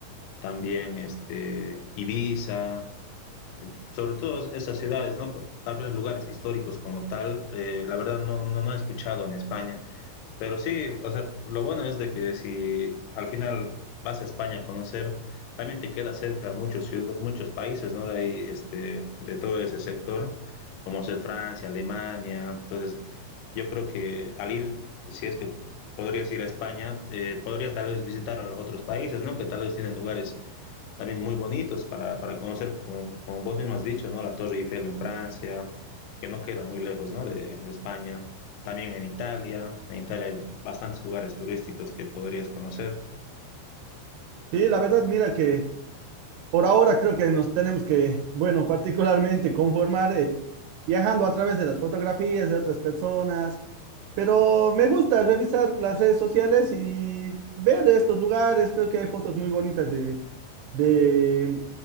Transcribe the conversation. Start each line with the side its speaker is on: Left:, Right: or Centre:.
Left: También, este, Ibiza, sobre todo esas ciudades, ¿no? Tal vez lugares históricos como tal, eh, la verdad no, no, no he escuchado en España. Pero sí, o sea, lo bueno es de que si al final vas a España a conocer, también te queda cerca muchos ciudades, muchos países, ¿no? De ahí, este, de todo ese sector, como ser Francia, Alemania. Entonces, yo creo que al ir, si es que podrías ir a España, eh, podrías tal vez visitar a otros países, ¿no? Que tal vez tienen lugares también muy bonitos para, para conocer, como, como, vos mismo has dicho, ¿no? La Torre Eiffel en Francia, que no queda muy lejos, ¿no? de, de España también en Italia. En Italia hay bastantes lugares turísticos que podrías conocer.
Right: Sí, la verdad, mira que... Por ahora creo que nos tenemos que, bueno, particularmente conformar eh, viajando a través de las fotografías de otras personas, pero me gusta revisar las redes sociales y ver estos lugares. Creo que hay fotos muy bonitas de, de